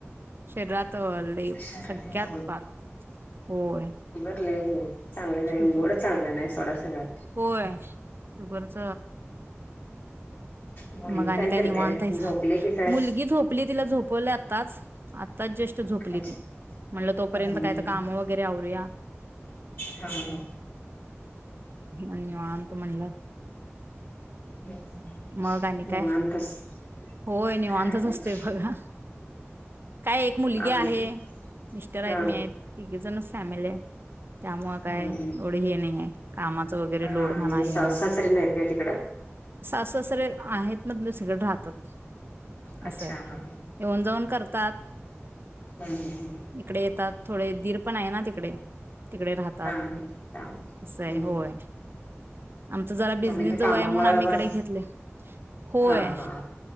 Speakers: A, on the right; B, on the left.
A: शरीरात. ल
B: शरीर
A: सगळ्यात प होय.
B: <inaudible> चांगली नाही
A: शुगर
B: गोड चांगलं नाही सोडासा घ.
A: होय शुगरच
B: मुलगी
A: मग आणि काय
B: करते
A: निवांताय
B: झोपले की काय
A: मुलगी झोपली तिला झोपलं. आताच आ. आता जस्ट झोपली
B: अच्छा
A: ती म्हणलं तोपर्यंत
B: हम्म हम्म
A: काय तर काम वगैरे आूया.
B: हा हा
A: म्ह आम त म्हणलं.
B: हम्म
A: मग आणि काय
B: निवांतच.
A: होय निवांतच
B: काय नाही
A: असते बघा काय एक मुलगी
B: आम्ही
A: आहे
B: पण
A: मिस्टर आहेत
B: हा
A: मी आहेत ते. स आमे. त्यामुळ काय
B: हम्म
A: एवढं हे नाही आहे. कामाचं वगैरे लोड
B: हा
A: म्हणा
B: न
A: हे
B: स सहासरन येत का तिकड.
A: असं सरे आहेत मग म सगळें राहतात.
B: अच्छा
A: असंय
B: हा
A: येऊन जाऊन करतात.
B: हम् हम हम्.
A: इकडे येतात थोडे एक धीर पण आहे ना तिकडे. तिकडे राहतात
B: हा हा त्यामुळे
A: असंय
B: हम्म
A: होय. आमचा जरा बिझनेस
B: तुम्ही त्या
A: जवळ
B: कामामुळे
A: आहे म्हणून आम्ही
B: आवाज
A: इकडे घेतले होय.
B: हा हा